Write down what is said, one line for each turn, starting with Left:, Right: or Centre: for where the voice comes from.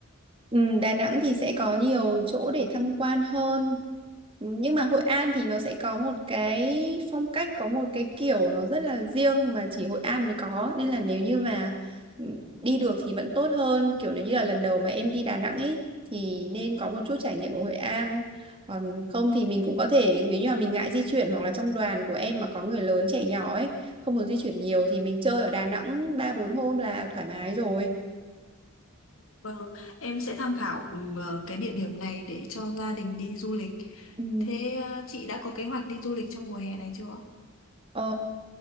Right: Ừ, Đà Nẵng thì sẽ có nhiều chỗ để tham quan hơn. Ừ, Nhưng mà Hội An thì nó sẽ có một cái phong cách, có một cái kiểu nó rất là riêng mà chỉ Hội An mới có. Nên là nếu như mà ừ, đi được thì vẫn tốt hơn. Kiểu nếu như là lần đầu mà em đi Đà Nẵng ấy thì nên có một chút trải nghiệm ở Hội An. Còn không thì mình cũng có thể nếu như mà mình ngại di chuyển hoặc là trong đoàn của em mà có người lớn trẻ nhỏ ấy, không muốn di chuyển nhiều thì mình chơi ở Đà Nẵng 3 4 hôm là thoải mái rồi.
Left: Vâng, em sẽ tham khảo ờ, cái địa điểm này để cho gia đình đi du lịch.
Right: Ừ.
Left: Thế ờ, chị đã có kế hoạch đi du lịch trong mùa hè này chưa?
Right: Ờ,